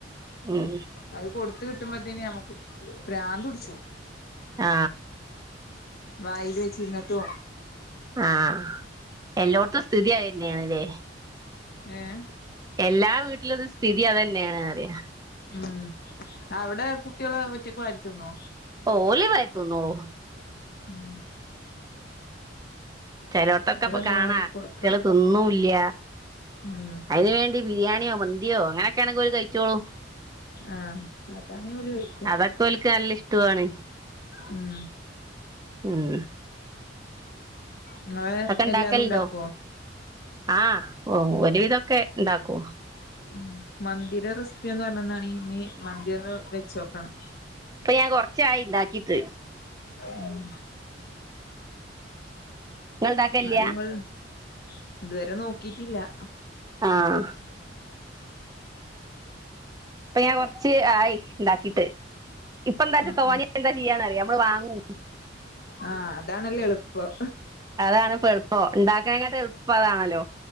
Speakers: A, on the right; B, on the left.
A: ഉം
B: അത് കൊടുത്ത കിട്ടുമ്പോത്തേന് നമ്മക്ക് പ്രാന്ത് ഉടിച്ചും
A: ആ
B: വായില് വെച്ചിരിന്നിട്ടും
A: ആഹ എല്ലോടത്തെസ്ഥിതി അയന്നെണ്ല്ലെ
B: ആഏ
A: എല്ലാ വീട്ടിലും ഇ ത് സ്ഥിതി അത ന്നെണ് റിയ
B: ഉം അവിടെ കുട്ടികള് ഒറ്റക്ക് വാരി തിന്നോ
A: ഓലിവാരിതിന്നോളൂ
B: ഉം
A: ചിലോടത്തൊക്കെ
B: ഇവിടെ
A: ഇ പ്പകാണാ
B: വാരി
A: കുട്ടിയാ
B: കൊടുക്കണം
A: ള് തിന്നു ലു
B: ഉം
A: അയ്നിവേണ്ടി ബിരിയാണിയോ മന്തിയോ അങ്ങനൊക്കെയാണങ്കിൽ അവര്കഴിച്ചോളൂ
B: ആഹ അതാണങ്കി ഓര് വയ്ക്കും
A: അതൊക്കെ ഓര്ക്ക് നല്ല ഇഷ്ടവു ആണ്
B: ഉം
A: ഉം
B: ഇങ്ങള്
A: അതൊക്കെ ഇണ്ടാക്കലണ്ടോ
B: എല്ലാതും ഉണ്ടാക്കുവോ
A: ആഹ ഓ ഒരുവിധൊക്കെ ഉണ്ടാക്കു
B: ഉ മന്തിയുടെ റെസിപ്പിന്ന് പറഞ്ഞ ന്നാനിം ഇനി മന്തി ഒന്ന് വെച്ചോക്കാം
A: ഇപ്പൊ ഞാൻ കുറച്ച ആയി ഉണ്ടാക്കിയിട്ട്
B: ഉം
A: ഇങ്ങള് ഇണ്ടാക്കലില്ല
B: എന്നാലും ങ്ങള്ഇതുവരെ നോക്കിട്ടില്ല <inaudible>
A: ആഹ് ഇപ്പൊ ഞാൻ കുറച്ച് ആയി ഉണ്ടാക്കിട്ട് ഇപ്പൊ എന്താച്ചാ
B: ആഹ്
A: തോന്നിയ എന്താ ചെയ്യാന്ന്റിയാം നമ്മള് വാങ്ങു
B: ആഹ അതാണല്ലേ എളുപ്പം
A: അതാണ് ഇപ്പ എളുപ്പം ഉണ്ടാക്കങ്ങട്ട് എളുപ്പം അതാണല്ലോ